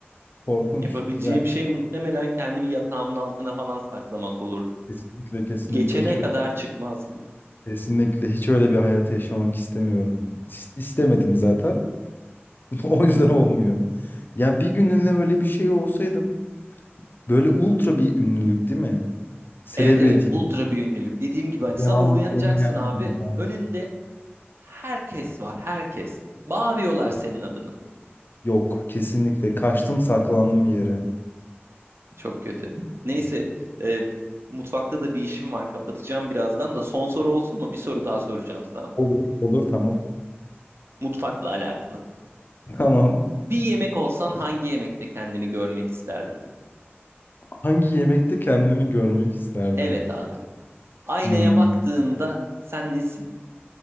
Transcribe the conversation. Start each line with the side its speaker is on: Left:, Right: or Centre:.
Left: Korkunç.
Right: Yapabileceğim
Left: Yani
Right: şey muhtemelen kendimi yatağımın altına falan saklamak olurdu.
Left: kesinlikle kesinlikle
Right: Geçene
Left: hiç öyle,
Right: kadar çıkmazdım.
Left: kesinlikle hiç öyle bir hayat yaşamak istemiyorum. İs- İstemedim zaten. <laughs> O yüzden olmuyor. Ya bir gününe öyle bir şey olsaydım böyle ultra bir ünlülük değil mi? Celebrity.
Right: Evet evet ultra bir ünlülük. Dediğim gibi hani
Left: Rihanna,
Right: sabah uyanacaksın
Left: Eminem
Right: abi.
Left: gibi falan.
Right: Önünde herkes var herkes. Bağırıyorlar senin adını.
Left: Yok, kesinlikle kaçtım saklandım bir yere.
Right: Çok kötü. Neyse, e, mutfakta da bir işim var. Kapatacağım birazdan da. Son soru olsun mu? Bir soru daha soracağım sana.
Left: Olur. Olur tamam.
Right: Mutfakla alakalı.
Left: <laughs> Tamam.
Right: Bir yemek olsan hangi yemekte kendini görmek isterdin?
Left: Hangi yemekte kendimi görmek isterdim?
Right: Evet abi. Aynaya
Left: Hmm,
Right: baktığında sen nesin?